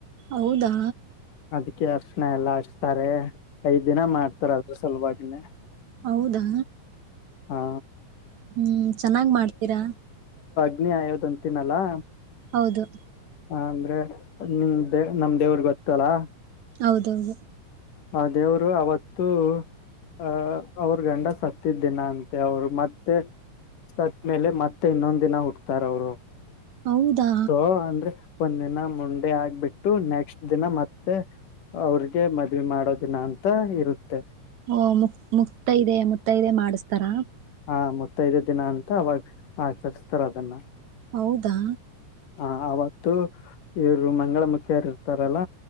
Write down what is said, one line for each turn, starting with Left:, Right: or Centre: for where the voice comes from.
Right: ಹೌದಾ.
Left: ಅದಕ್ಕೆ ಅರ್ಶಣ ಎಲ್ಲ ಹಚ್ತಾರೆ ಐದ್ ದಿನ ಮಾಡ್ತಾರ ಅದ ಸಲಭಾಗಿನೇ.
Right: ಹೌದಾ.
Left: ಹಾ
Right: ಹ್ಮ್ ಚೆನ್ನಾಗ್ ಮಾಡ್ತೀರಾ.
Left: ಆಯೂದ ಅಂತಿನಲ್ಲಾ
Right: ಹೌದು.
Left: ಹ ಅಂದ್ರೆ ನಿಮ ದೇವ ನಮ ದೇವ್ರ ಗೊತ್ತಲ್ಲಾ
Right: ಹೌದೌದು
Left: ಆ ದೇವ್ರು ಅವತ್ತುೂ ಅಹ ಅವ್ರ ಗಂಡ ಸತ್ತಿದ್ದಿನ ಅಂತೆ ಅವರು ಮತ್ತೆ. ಸತಮೇಲ ಮತ್ತೆ ಇನ್ನೊಂದ ದಿನ ಹುಟ್ಟತಾರ ಅವರು <unintelligible>
Right: ಹೌದಾ
Left: ಅಂದ್ರೆ ಒಂದ ದಿನ ಮುಂಡೆ ಆಗ್ಬಿಟ್ಟು ನೆಕ್ಸ್ಟ್ ದಿನ ಮತ್ತೆ ಅವ್ರಿಗೆ ಮದ್ವಿ ಮಾಡೋ ದಿನ ಅಂತ ಇರುತ್ತೆ
Right: ಓ ಮುಕ್ ಮುಕ್ತ ಮುತ್ತೈದೆ ಮಾಡಿಸತಾರ.
Left: ಹಾ ಮ. ಮುತ್ತೈದೇ ದಿನ ಅಂತ ಅವಾಗ ಆಚರಿಸ್ತಾರ ಅದನ್ನ
Right: ಹೌದಾ
Left: ಹ ಅವತ್ತು ಇವರು ಮಂಗಳ ಮುುಖಿಯರು ಇರ್ತಾರಲ್ಲ